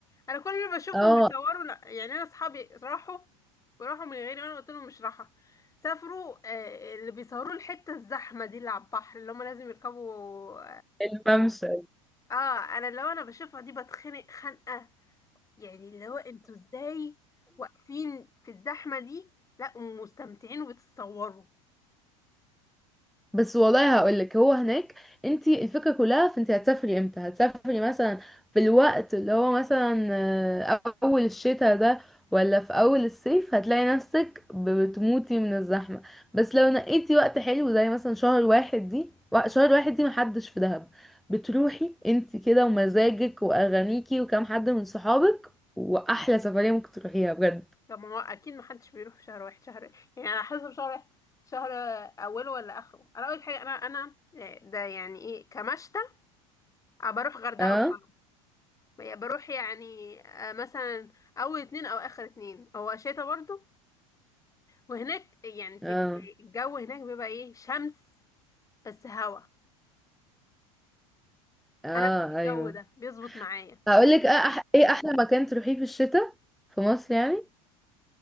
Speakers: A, on the left (about 20°); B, in the centre.
A: انا كل اللي بشوفهم
B: اه
A: بيصوروا لا يعني انا اصحابي راحوا وراحوا من غيري وانا قلت لهم مش راحة سافروا آه، اللي بيصوروا الحتة الزحمة دي اللي على البحر اللي هم لازم يركبوا
B: الممشى
A: اه انا اللي هو انا بشوفها دي بتخنق خنقة يعني اللي هو انتوا ازاي واقفين في الزحمة دي لا ومستمتعين وبتتصوروا
B: بس والله هقولك هو هناك انت الفكرة كلها في انت هتسافري امتى هتسافري مثلا في الوقت اللي هو مثلا آه، اول الشتاء ده ولا في اول الصيف هتلاقي نفسك ب- بتموتي من الزحمة بس لو نقيتي وقت حلو زي مثلا شهر واحد دي وا- شهر واحد دي محدش في دهب بتروحي انت كده ومزاجك واغانيكي وكام حد من صحابك واحلى سفرية ممكن تروحيها بجد
A: طب ما هو اكيد محدش بيروح في شهر واحد شهر يعني على حسب شهر واحد شهر اوله ولا اخره انا اول حاجة انا انا آه، ده يعني ايه كمشتى أه بروح غردقة
B: اه
A: وشرم بقى- بروح يعني آه، مثلا اول اتنين او اخر اتنين هو شتا برضو وهناك يعني في
B: اه
A: الجو هناك بيبقى ايه شمس بس هوا
B: اه
A: انا بحب الجو
B: ايوه
A: ده بيظبط معايا
B: هقول لك اه أح ايه احلى مكان تروحيه في الشتاء في مصر يعني